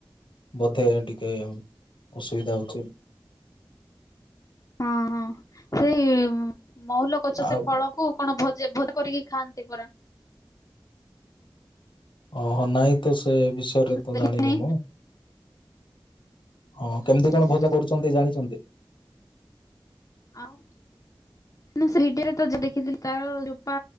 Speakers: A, on the left; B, on the left.
A: ବୋଧେ ଟ ଟିକେ ଅସୁବିଧା ହଉଛି ଆଉ।
B: ହଁ ହଁ। ସେଇ ମହୁଲ ଗଛ ସେ
A: ଆଉ
B: ଫଳକୁ, କଣ ଭୋଜେ ଭ କରିକି ଖାଆନ୍ତି ପରା।
A: ଓହୋ ନାଇଁ ତ ସ ସେ ବିଷୟରେ
B: ମୁଁ
A: ତ
B: ଦେଖିନି
A: ଜାଣିନି ମୁଁ, ହଁ କେମିତି
B: ଆଚ୍ଛା ଆଚ୍ଛା
A: କଣ ଭଜା କରୁଛନ୍ତି ଜାଣିଛନ୍ତି?
B: ଆଉ ନା ସେଠିରେ ତ ଦେଖିି ତାର ଚୋପା,